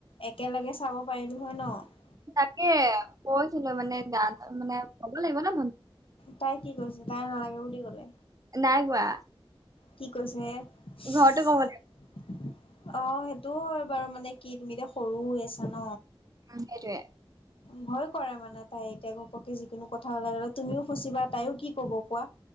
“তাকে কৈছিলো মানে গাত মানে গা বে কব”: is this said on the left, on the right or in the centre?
Right